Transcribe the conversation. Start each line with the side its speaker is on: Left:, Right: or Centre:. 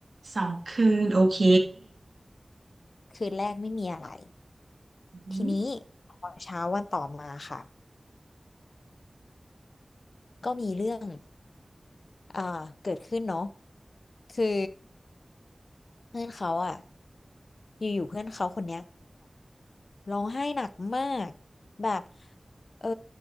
Right: สองคืนโอเค
Left: คืนแรกไม่มีอะไร
Right: อืม
Left: ทีนี้พอเช้าวันต่อมาค่ะก็มีเรื่องเอ่อเกิดขึ้นเนาะคือเพื่อนเขาอ่ะอยู่ๆเพื่อนเขาคนเนี้ยร้องไห้หนักมากแบบเออ